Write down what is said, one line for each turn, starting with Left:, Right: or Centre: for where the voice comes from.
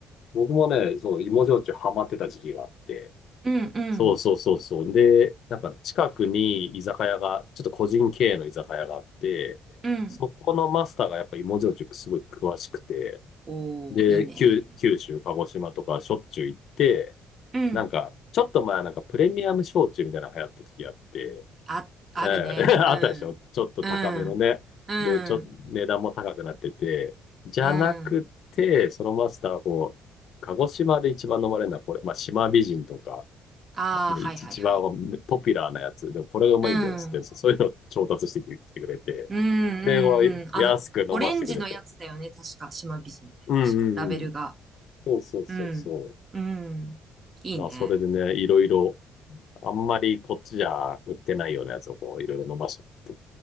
Left: 僕もね、そう、芋焼酎ハマってた時期があって。
Right: な。うんうん、
Left: そうそうそうそう。で、なんか近くに居酒屋が、ちょっと個人経営の居酒屋があって、
Right: うん。
Left: そこのマスターがやっぱ芋焼酎すごい詳しくて、
Right: おー、
Left: で、
Right: いいね。
Left: 九、九州、鹿児島とかしょっちゅう行って、
Right: うん。
Left: なんか、ちょっと前なんかプレミアム焼酎みたいなの流行った時あって、
Right: あ、あるね。
Left: ええ <laughs> あったでしょちょっと高めのね。
Right: うん。うん。う
Left: で、ちょ、
Right: ん、
Left: 値段も高くなってて。じゃなくて、
Right: うん。
Left: そのマスターはこう、鹿児島で一番飲まれるのはこれ、まあ、島美人とか、
Right: ああ、
Left: で一一番
Right: はいはいはい。
Left: ポピュラーなやつ。でもこれがうまいんだよ、
Right: うん、
Left: つって、
Right: うん、
Left: そういうのを調達してきてくれて。
Right: うん、
Left: で、こう安く飲ませてくれて。
Right: うん。あの、オレンジのやつだよね、確か。島美人って確か。
Left: うんうんうん。
Right: ラベルが。
Left: そうそうそうそ
Right: うん、うん。いいね。
Left: う。まあ、それでね、いろいろ、あんまりこっちじゃ売ってないようなやつをこう、いろいろ飲ませてって、